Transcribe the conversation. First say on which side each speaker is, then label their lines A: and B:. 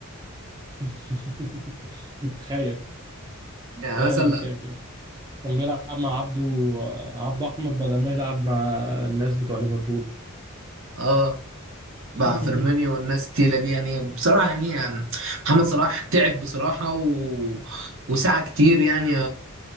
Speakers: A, on the right; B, on the right.
A: <laughs> تخيل
B: يعني
A: تخيل
B: مثلا
A: ك... ك... كان بيلعب مع عبده عبده احمد بدل ما يلعب مع الناس بتوع ليفربول
B: اه مع
A: <laughs>
B: فيرمينيو والناس التقيله دي يعني بصراحه يعني, يعني محمد صلاح تعب بصراحه و... وسعى كتير يعني